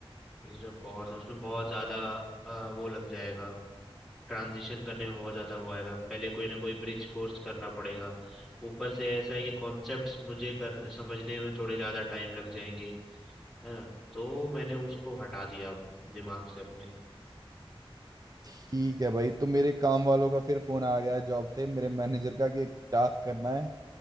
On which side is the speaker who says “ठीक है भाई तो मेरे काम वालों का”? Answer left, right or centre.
Right